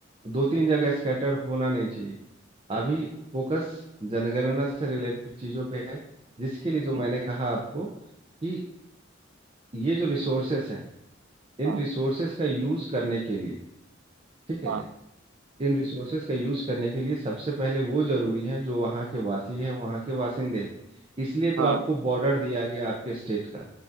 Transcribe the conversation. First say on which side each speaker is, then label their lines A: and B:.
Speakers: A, on the right; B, on the right.
A: दो तीन जगह स्कैटर होना नहीं चाहिए अभी फोकस जनगणना से रिलेटेड चीज़ों पे है जिसके लिए जो
B: हम्म,
A: मैंने कहा आपको कि ये जो रिसोर्सेस हैं इन
B: हाँ
A: रिसोर्सेस का यूज़ करने के लिए ठीक है
B: हाँ
A: इन रिसोर्सेस का यूज़ करने के लिए सबसे पहले वो ज़रूरी हैं जो वहाँ के वासी है वहाँ के वासिंदे हैं इसलिए
B: हाँ
A: तो आपको बॉर्डर दिया गया आपके स्टेट का